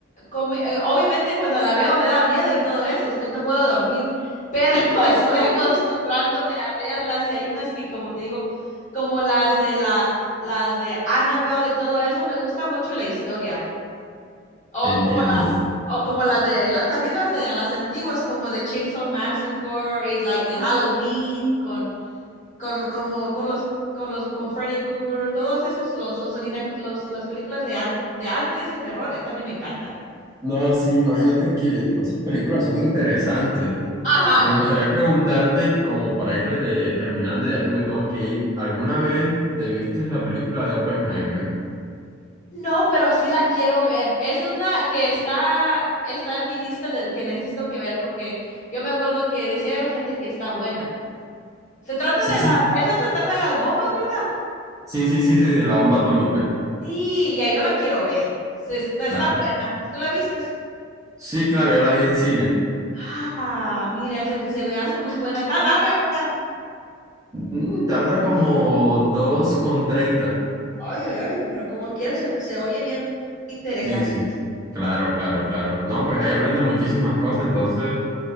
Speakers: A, on the left (about 40°); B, on the right (about 15°).
A: como- eh, obviamente cuando la veo me da miedo y todo eso, después no puedo dormir, pero <laughs> estoy acostumbrándome a verlas y hay unas que, como te digo, como las de la, las de Annabelle y todo eso, me gusta mucho la historia. O
B: entiendo,
A: como la,
B: entiendo.
A: o como la de, las también las de las antiguas, como de Chainsaw Massacre y like de Halloween con con, como, con los, con los, con Freddy Krueger, todos esos, los, los, orina- los- las películas de, an- de antes de terror eh, también me encantan.
B: No, sí, imagínate que esas películas son interesantes.
A: Ajá.
B: Me gustaría preguntarte, como para ir eh, terminando, ya que me tengo que ir, ¿alguna vez te viste la película de Oppenheimer?
A: No, pero sí la quiero ver. Esa es una que está, está en mi lista de que necesito que ver, porque yo me acuerdo que decía la gente que está buena. Se trata
B: Sí,
A: de la,
B: sí,
A: esa se trata de las bombas, ¿verdad?
B: sí, sí, sí, sí, de la bomba atómica.
A: Sí, ya yo la quiero ver. Se está, está
B: Claro.
A: buena. ¿Tú la vistes?
B: Sí, claro, yo la vi en cine.
A: Ah, mira, se, me- se me hace muy buena. Está larga, ¿verdad?
B: Mm, Tarda como dos con treinta.
A: Ay, ay, ay, pero como quiera se, se oye bien interesante.
B: Sí, sí, claro, claro, claro. No, pues ahí aprendes muchísimas cosas, entonces